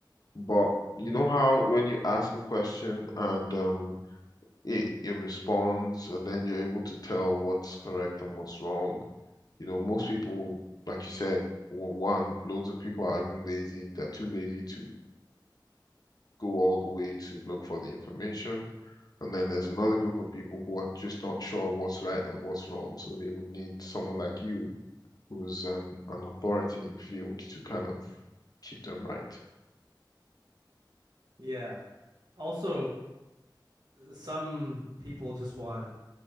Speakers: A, on the left; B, on the right.
A: but you
B: hmm
A: know how when you ask a question and um it it responds and then you're able to tell what's correct and what's wrong you know most people like you said w- one loads of people are even lazy they're too lazy to go all the way to look for the information and then there's another group of people who are just not sure what's right and what's wrong. So they would need someone like you, who's an, an authority in the field, to kind of keep them right.
B: Yeah. Also, some people just want